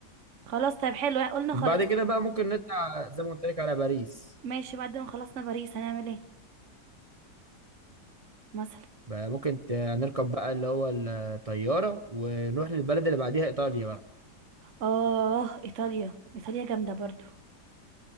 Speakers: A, on the right (about 50°); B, on the right (about 30°).
A: خلاص طيب حلو قلنا
B: بعد
A: خلاص
B: كده بقى ممكن نطلع زي ما قلت لك على باريس
A: ماشي بعد ما خلصنا باريس هنعمل ايه مثلا
B: بقى ممكن ت- نركب بقى اللي هو الطيارة ونروح للبلد اللي بعديها ايطاليا بقى
A: اه ايطاليا ايطاليا جامدة برضو